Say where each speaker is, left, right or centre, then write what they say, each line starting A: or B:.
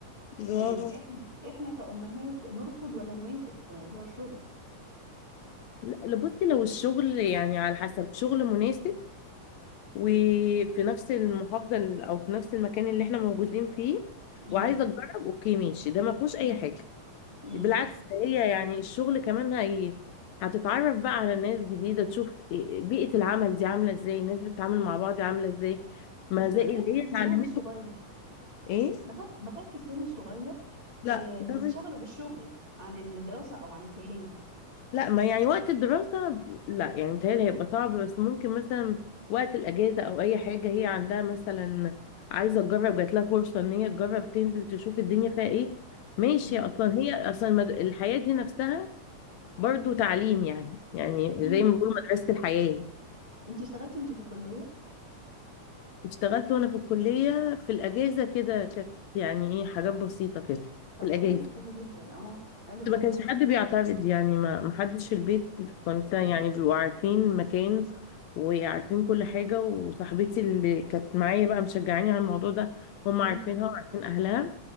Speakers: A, on the left; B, on the left.
A: برافو
B: طيب احنا احنا كأمهات نرفض ولا نوافق في موضوع الشغل
A: لا لا، بصي لو الشغل يعني على حسب شغل مناسب وفي نفس المحافظة ال- أو في نفس المكان اللي احنا موجودين فيه
B: امم
A: وعايزة تجرب أوكي ماشي ده ما فيهوش أي
B: امم
A: حاجة
B: امم
A: بالعكس ده هي يعني الشغل كمان هي هتتعرف بقى على ناس جديدة تشوف إيه- بيئة العمل دي عاملة ازاي الناس بتتعامل مع بعض عاملة ازاي
B: بس
A: ما زي
B: بخاف
A: اللي
B: من
A: هي
B: سنهم
A: اتعلمته
B: الصغير
A: ايه
B: بخاف بخاف في السن الصغير
A: لا
B: آه
A: ده
B: ينشغلوا
A: مش
B: بالشغل عن الدراسة او عن الكلية
A: لا ما يعني وقت الدراسة لا يعني متهيألي هيبقى صعب بس ممكن مثلا وقت الأجازة أو أي حاجة هي عندها مثلا عايزة تجرب جات لها فرصة إن هي تجرب تنزل تشوف الدنيا فيها إيه ماشي
B: امم
A: أصلا هي أصلا المد- الحياة دي نفسها برضو تعليم يعني يعني
B: اكيد
A: زي ما بيقولوا مدرسة الحياة
B: انت اشتغلتي وانت في الكلية
A: اشتغلت وأنا في الكلية في الأجازة كده كانت يعني إيه حاجات بسيطة كده
B: طب
A: في الأجازة
B: حلو حلو جدا اه حلو جدا
A: ما كانش حد بيعترض يعني ما ما حدش في البيت كنت يعني بيبقوا عارفين مكان وعارفين كل حاجة وصاحبتي اللي كانت معايا بقى مشجعاني على الموضوع ده هم
B: امم
A: عارفينها وعارفين أهلها